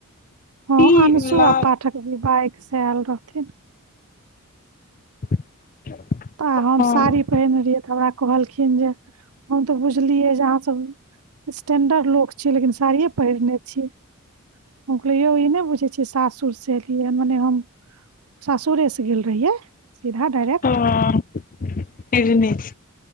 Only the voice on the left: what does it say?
ई
ला
<unintelligible>
हँ
ह नहि